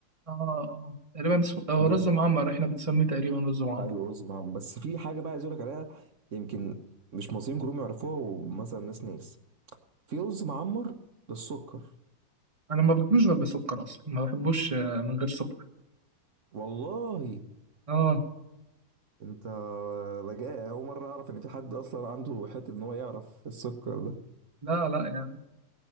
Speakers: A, on the right (about 20°); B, on the right (about 50°).
A: آه آه تقريبا اسمه- هو رز
B: ده, ده
A: معمر إحنا بنسميه تقريبا رز معمر
B: ايوه رز معمر بس في حاجه بقى عايز اقول لك عليها يمكن مش مصريين كلهم يعرفوها ومثلا ناس ناس في رز معمر بالسكر
A: أنا ما باكلوش غير بسكر أصلا ما بحبوش آه، من غير سكر
B: والله
A: آه
B: انت بجاء اول مره اعرف ان في حد اصلا عنده حته ان هو يعرف السكر ده
A: لا لا يعني